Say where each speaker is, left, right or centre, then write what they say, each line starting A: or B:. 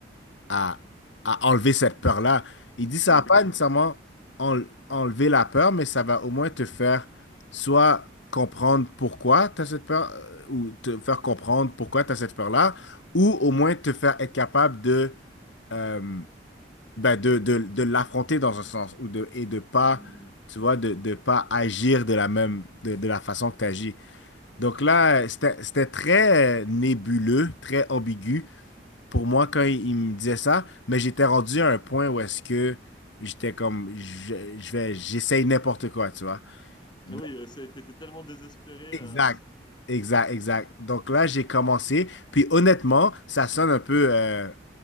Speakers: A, on the left (about 80°); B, on the left (about 25°).
A: à, à enlever cette peur-là. Il dit ça
B: oui,
A: va pas nécessairement en- enlever la peur, mais ça va au moins te faire soit comprendre pourquoi tu as cette peur, euh, ou te faire comprendre pourquoi tu as cette peur-là, ou au moins te faire être capable de, euh, ben de, de, de l'affronter dans un sens, ou de, et de pas,
B: Hmm.
A: tu vois, de, de pas agir de la même, de, de la façon que tu agis. Donc là, euh, c'était c'était très euh, nébuleux, très ambigu pour moi quand il, il me disait ça, mais j'étais rendu à un point où est-ce que j'étais comme je, je vais j'essaye n'importe quoi, tu vois. Donc,
B: oui. euh, c'est- T'étais tellement désespéré,
A: exact.
B: euh,
A: Exact, exact. Donc là, j'ai commencé. Puis honnêtement, ça sonne un peu euh,